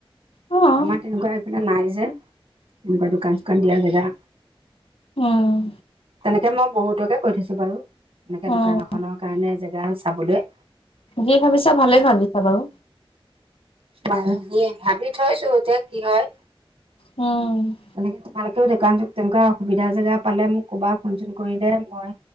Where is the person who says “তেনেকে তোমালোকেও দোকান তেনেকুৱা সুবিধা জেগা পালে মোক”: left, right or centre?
Right